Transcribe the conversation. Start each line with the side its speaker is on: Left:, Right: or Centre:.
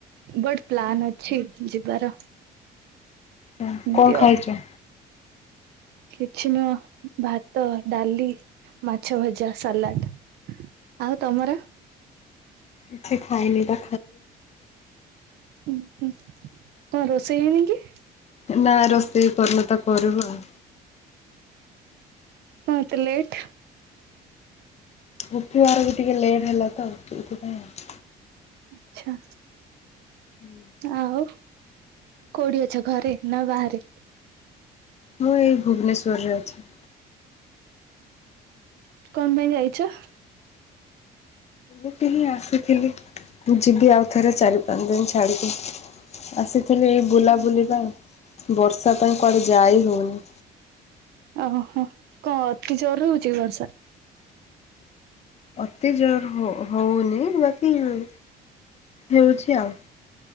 Right: ବଟ୍ ପ୍ଲାନ୍ ଅଛି ଯିବାର।
Left: ହଁ
Right: ଏମିତି
Left: କଣ ଖାଇଛ?
Right: ଆଉ କିଛି ମୁଁ ଭାତ, ଡାଲି, ମାଛ ଭଜା, ସାଲାଡ। ଆଉ ତୋମର?
Left: କିଛି ଖାଇନି ପା।
Right: ଉଁ, ହଁ କଣ ରୋଷେଇ ହେଇନି କି?
Left: ନା ରୋଷେଇ କରନି ତ କରିବୁ ଆଉ।
Right: କଣ ଏତେ ଲେଟ୍?
Left: ଉଠିବାର ବି ଟିକେ ଲେଟ୍ ହେଲା ତ ଏଠି ଏଥିପାଇଁ ଆଉ।
Right: ଆଚ୍ଛା।
Left: ହୁଁ
Right: ଆଉ କୋଉଠି ଅଛ ଘରେ ନା ବାହାରେ?
Left: ମୁଁ ଏଇ ଭୁବନେଶ୍ୱରରେ ଅଛି।
Right: <inaudible> କଣ ପାଇଁ ଯାଇଛ?
Left: ଏଠିକି ଆସିଥିଲି ମୁଁ ଯିବି ଆଉ ଥରେ ଚାରି ପାଞ୍ଚ ଦିନ ଛାଡିକି। ଆସିଥିଲି ଏଇ ବୁଲାବୁଲି ପାଇଁ, ବର୍ଷା ପାଇଁ କୁଆଡେ ଯାାଇ ହଉନି।
Right: ଓହୋ, ହଁ କଣ ଅତି ଜୋରରେ ହଉଛି କି ବର୍ଷା?
Left: ଅତି ଜୋର ହ-ହଉନି ବାକି ଉଁ, ହେଉଛି ଆଉ।